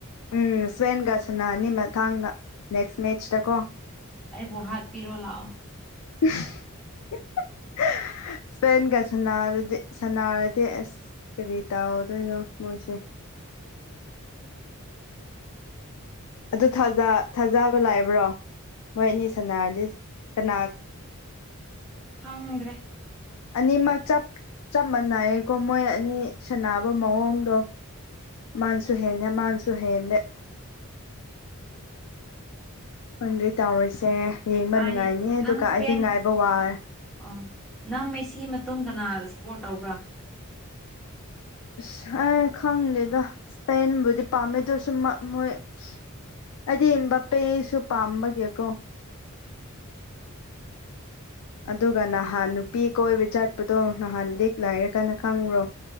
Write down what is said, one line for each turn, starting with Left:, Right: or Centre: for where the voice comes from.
Left: ꯎꯝ ꯁ꯭ꯋꯦꯟꯒ ꯁꯅ ꯑꯅꯤ ꯃꯇꯥꯡꯗ ꯅꯦꯛꯁ ꯃꯦꯠꯆꯇꯀꯣ
Centre: ꯑꯩꯕꯨ ꯍꯥꯠꯄꯤꯔꯣ ꯂꯥꯛꯑꯣ
Left: <inaudible>
Centre: <unintelligible>
Left: ꯏꯁꯄꯦꯟꯒꯗꯤ ꯁꯅꯔꯗꯤ ꯑꯁ ꯀꯔꯤ ꯇꯧꯗꯣꯏꯅꯣ ꯃꯣꯏꯁꯦ ꯑꯗꯨ ꯊꯥꯖꯕ ꯂꯥꯛꯑꯕ꯭ꯔꯣ ꯃꯣꯏꯅꯤ ꯁꯅꯥꯔꯗꯤ ꯀꯅꯥ
Centre: ꯍꯥꯎꯗ꯭ꯔꯦ
Left: ꯑꯅꯤꯃꯛꯞ ꯆꯞ ꯃꯥꯟꯅꯩꯌꯦꯀꯣ ꯃꯣꯏ ꯑꯅꯤ ꯁꯅꯕ ꯃꯑꯣꯡꯗꯣ ꯃꯥꯟꯁꯨ ꯍꯦꯟꯗ ꯃꯥꯟꯁꯨ ꯍꯦꯟꯗ ꯈꯪꯗꯦ ꯇꯧꯔꯤꯁꯦ ꯌꯦꯡꯕ ꯅꯨꯡꯉꯥꯏꯅꯤꯌꯦ
Centre: ꯑꯩ
Left: ꯑꯗꯨꯒ
Centre: ꯅꯪ ꯏꯁꯄꯦꯟ
Left: ꯑꯩꯗꯤ ꯉꯥꯏꯕ ꯋꯥꯔꯦ
Centre: ꯑꯣ ꯅꯪ ꯉꯩꯁꯤ ꯃꯇꯨꯡ ꯀꯅꯥ ꯁꯄꯣꯔꯠ ꯇꯧꯕ꯭ꯔꯥ
Left: ꯑꯁ ꯑꯩ ꯈꯪꯗꯦꯗ ꯏꯁꯄꯦꯟꯕꯨꯗꯤ ꯄꯥꯝꯃꯦꯗꯨꯧꯁꯨ ꯃꯣꯏ ꯑꯁ ꯑꯩ ꯏ ꯄꯦꯁꯨ ꯄꯥꯝꯕꯒꯀꯣ ꯑꯗꯨꯒ ꯅꯍꯥꯟ ꯅꯨꯄꯤ ꯀꯣꯏꯕ ꯆꯠꯄꯗꯣ ꯅꯍꯥꯟ ꯂꯤꯛ ꯂꯥꯏꯔ ꯀꯅ ꯈꯪꯕ꯭ꯔꯣ